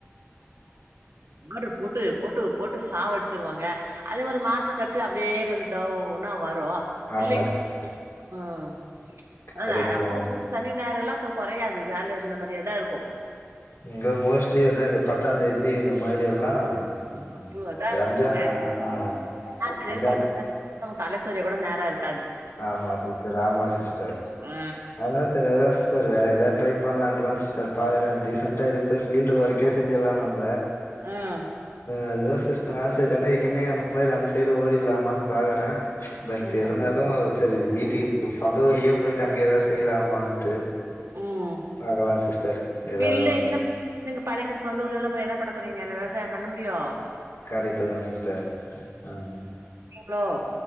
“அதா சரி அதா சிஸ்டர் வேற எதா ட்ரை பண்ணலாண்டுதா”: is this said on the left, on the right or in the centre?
Left